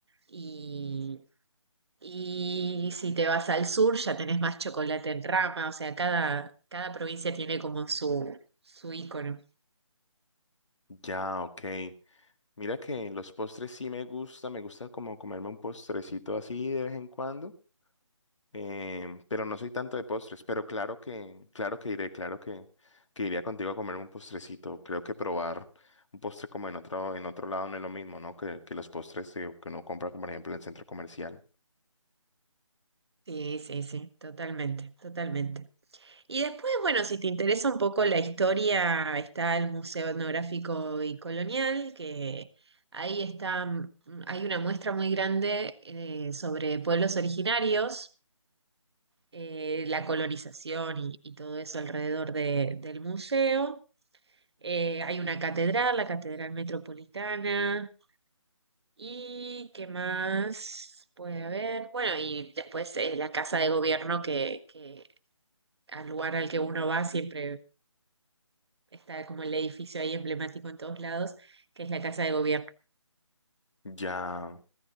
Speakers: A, on the right; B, on the left.
A: Y, y si te vas al sur, ya tenés más chocolate en rama, o sea, cada, cada provincia tiene como su, su ícono.
B: Ya, ok. Mira que los postres sí me gusta, me gusta como comerme un postrecito así de vez en cuando, em, pero no soy tanto de postres, pero claro que, claro que iré, claro que, que iría contigo a comerme un postrecito. Creo que probar un postre como en otro, en otro lado no es lo mismo, ¿no? Que, que los postres que, que uno compra, como por ejemplo en el centro comercial.
A: Sí, sí, sí, totalmente, totalmente. Y después, bueno, si te interesa un poco la historia, está el Museo Etnográfico y Colonial, que ahí está, mm, hay una muestra muy grande eh, sobre pueblos originarios, eh, la colonización y, y todo eso alrededor de- del museo. Eh, hay una catedral, la Catedral Metropolitana, y qué más puede haber. Bueno, y después eh, la Casa de Gobierno que, que al lugar al que uno va siempre está como el edificio ahí emblemático en todos lados, que es la Casa de Gobierno.
B: Ya.